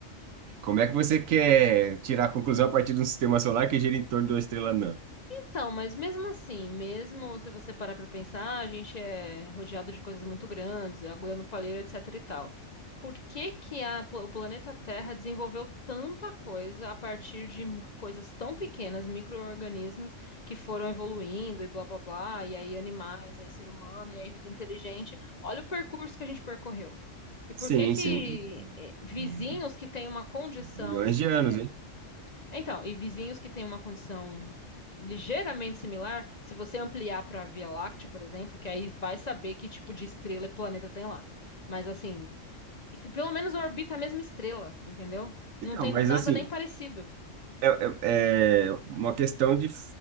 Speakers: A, on the right; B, on the left.
A: como é que você quer tirar a conclusão a partir de um sistema solar que gira em torno de uma estrela anã?
B: Então, mas mesmo assim, mesmo se você parar pra pensar, a gente é rodeado de coisas muito grandes, agulha no palheiro, etc e tal. Por que que a pla- o planeta Terra desenvolveu tanta coisa a partir de coisas tão pequenas, micro-organismos que foram evoluindo e blá blá blá, e aí animais, aí ser humano, e aí vida inteligente? Olha o percurso que a gente percorreu. E por
A: Sim,
B: que que
A: sim, e-
B: eh, vizinhos
A: e
B: que têm uma condição
A: milhões de anos,
B: eh,
A: hein?
B: então, e vizinhos que têm uma condição ligeiramente similar, se você ampliar para a Via Láctea, por exemplo, que aí vai saber que tipo de estrela e planeta tem lá. Mas assim, pelo menos orbita a mesma estrela, entendeu?
A: Então,
B: Não tem
A: mas
B: nada
A: assim,
B: nem parecido.
A: é, é- é uma questão de f-